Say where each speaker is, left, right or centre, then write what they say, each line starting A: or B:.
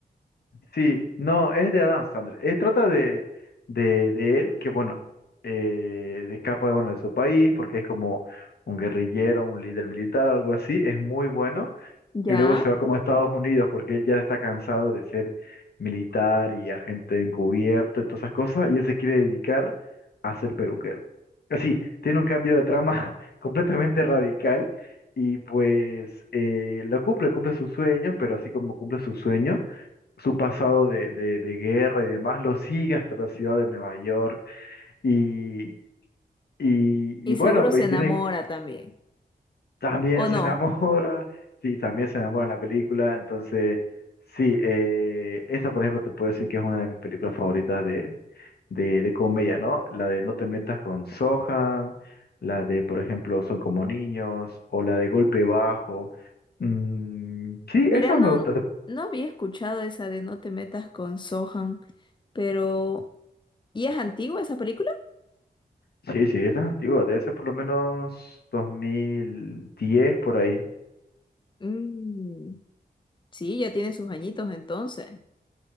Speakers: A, on the left; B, on the left.
A: Sí, no, es de Adam Sandler. Es trata de, de, de él que, bueno, eh, escapa bueno, de su país porque es como un guerrillero, un líder militar, algo así. Es muy bueno.
B: Ya,
A: Y luego se va como a Estados Unidos porque él ya está cansado de ser militar y agente encubierto y todas esas cosas, y él se quiere dedicar a ser peluquero. Así, tiene un cambio de trama <laughs> completamente radical y pues eh, lo cumple, cumple sus sueños, pero así como cumple sus sueños, su pasado de, de- de guerra y demás lo sigue hasta la ciudad de Nueva York y, y, y
B: y
A: bueno,
B: seguro
A: pues
B: se enamora
A: tiene...
B: también.
A: También
B: ¿O
A: se
B: no?
A: enamora, <laughs> sí, también se enamora en la película, entonces, sí, eh, esa por ejemplo te puedo decir que es una de mis películas favoritas de, de, de comedia, ¿no? La de No te metas con Sohan, la de, por ejemplo, Son como niños, o la de Golpe Bajo. Mm, sí,
B: Mira,
A: esas
B: no,
A: me gustan.
B: no había escuchado esa de No te metas con Sohan, pero ¿y es antigua esa película?
A: Sí, sí, esa es antigua, debe ser por lo menos 2010 por ahí.
B: Mm, sí, ya tiene sus añitos entonces.